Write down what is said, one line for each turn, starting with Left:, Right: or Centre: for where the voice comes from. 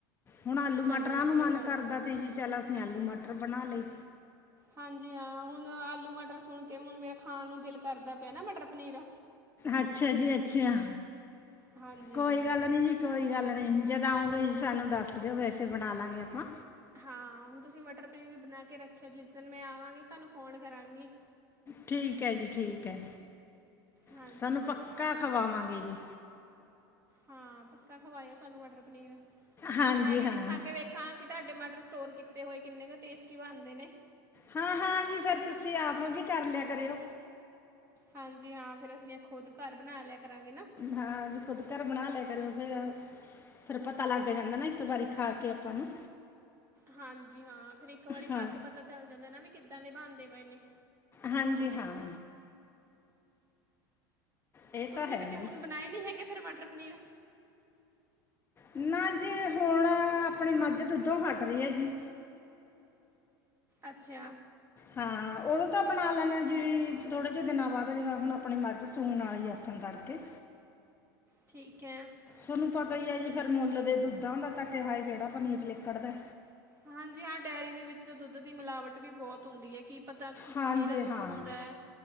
Left: ਹੁਣ ਆਲੂ
Right: ਚਲੋ
Left: ਮਟਰਾਂ
Right: ਵਧੀਆ
Left: ਨੂੰ ਮਾੰਨ
Right: ਗੱਲ
Left: ਕਾਰਦਾ
Right: ਆ
Left: ਤੇ ਜੀ। ਚੱਲ ਅਸੀ ਆਲੂ ਮਟਰ ਬਣਾ ਲੇ।
Right: ਹਾਂਜੀ ਹਾਂ, ਹੁਨ ਆਲੂ ਮਟਰ ਸੁਨ ਕੇ, ਹੁਨ ਮੇਰਾ ਖਾਨ ਨੂੰ ਦਿਲ ਕਰਦਾ ਪੇਐ ਨਾ ਮਟਰ ਪਨੀਰ।
Left: ਅੱਛਾ ਜੀ ਅੱਛਾ,
Right: ਹਾਂਜੀ
Left: ਕੋਈ
Right: ਹਾਂ
Left: ਗਾੱਲ ਨੀ ਜੀ। ਕੋਈ ਗਾੱਲ ਨੀ, ਜੱਦ ਆਉਂਗੇ ਜੀ ਸਾਨੂੰ ਦਾੱਸ ਦੇਓ, ਵੈਸੇ ਬਣਾ ਲਾਂਗੇ ਅਪਾਂ
Right: ਹਾਂ, ਹੁਨ ਤੂਸੀ ਮਟਰ ਪਨੀਰ ਬਨਾ ਕੇ ਰੱਖੇਓ, ਜਿਸ ਦਿਨ ਮੈਂ ਆਵਾਂਗੀ, ਤਾਨੂੰ ਫੋਨ ਕਰਾਂਗੀ।
Left: ਠੀਕ ਐ ਜੀ, ਠੀਕ ਐ,
Right: ਹਾਂਜੀ
Left: ਸਾਨੂੰ
Right: ਹਾਂ
Left: ਪੱਕਾ ਖਵਾਵਾਂਗੇ ਜੀ।
Right: ਹਾਂ, ਪੱਕਾ ਖਵਾਏਓ ਸਾਨੂੰ ਮਟਰ ਪਨੀਰ,
Left: ਹਾਂਜੀ
Right: ਮੈਂ ਵੀ
Left: ਹਾਂ
Right: ਤੇ ਖਾ ਕੇ ਵੇਖਾਂ ਕਿ ਤੂਆਡੇ ਮਟਰ ਸਟੋਰ ਕੀਤੇ ਹੋਏ ਕਿੰਨੇ ਕ ਟੇਸਟੀ ਬਾਨਦੇ ਨੇ।
Left: ਹਾਂ-ਹਾਂ ਜੀ, ਫੇਰ ਤੂਸੀ ਆਪ ਵੀ ਕਾਰ ਲੇਆ ਕਰੇਓ।
Right: ਹਾਂਜੀ ਹਾਂ, ਫੇਰ ਅਸੀ ਐ ਖੁੱਦ ਘਾਰ ਬਨਾ ਲੇਆ ਕਰਾਂਗੇ ਨਾ।
Left: ਹਾਂ, ਵੀ ਖੁੱਦ ਘਰ ਬਨਾ ਲੇਆ ਕਰੇਓ ਫੇਰ। ਫਿਰ ਪਤਾ ਲੱਗ ਜਾਂਦਾ ਨਾ, ਇੱਕ ਵਾਰੀ ਖਾ ਕੇ ਆਪਾਂ ਨੂੰ।
Right: ਹਾਂਜੀ ਹਾਂ, ਫੇਰ ਇੱਕ ਵਾਰੀ ਖਾ
Left: ਹਾਂ
Right: ਕੇ ਪਤਾ ਚੱਲ ਜਾਂਦਾ ਨਾ ਵੀ, ਕਿੱਦਾਂ ਦੇ ਬਣਦੇ ਪਏ ਨੇ।
Left: ਹਾਂਜੀ, ਹਾਂ। ਇਹ
Right: ਤੁਸੀਂ
Left: ਤਾਂ ਹੈ
Right: ਕਦੇ ਹੁਣ
Left: ਜੀ
Right: ਬਣਾਏ ਨਹੀਂ ਹੈਗੇ, ਫਿਰ ਮਟਰ ਪਨੀਰ?
Left: ਨਾ ਜੀ ਹੁਣ, ਆਪਣੀ ਮਜ਼ ਦੁੱਧੋਂ ਹਟ ਰਹੀ ਐ ਜੀ।
Right: ਅੱਛਾ!
Left: ਹਾਂ, ਉਹ ਓ ਤਾਂ ਬਣਾ ਲੈਂਦੇ ਐ ਜੀ, ਥੋੜੇ ਜਿਹੇ ਦਿਨਾਂ ਬਾਅਦ ਜੀ ਹੁਣ ਆਪਣੀ ਮਜ਼ ਸੂਣ ਆਲੀ ਐ ਜੀ ਹੱਥਣ ਤੜਕੇ
Right: ਠੀਕ ਐ।
Left: ਤੁਹਨੂੰ ਪਤਾ ਹੀ ਐ ਜੀ ਫੇਰ ਮੁੱਲ ਦੇ ਦੁੱਧਾਂ ਦਾ ਤਾਂ ਕਿਹਾ ਕਿਹੜਾ ਪਨੀਰ ਲਿਕੜਦਾ।
Right: ਹਾਂਜੀ ਹਾਂ ਡੇਅਰੀ ਦੇ ਵਿੱਚ ਤਾਂ ਦੁੱਧ ਦੀ ਮਿਲਾਵਟ ਵੀ ਬਹੁਤ ਹੁੰਦੀ ਹੈ ਕਿ ਪਤਾ
Left: ਹਾਂਜੀ
Right: ਕਿਹਦਾ ਦੁੱਧ
Left: ਹਾਂ
Right: ਹੁੰਦਾ ਐ,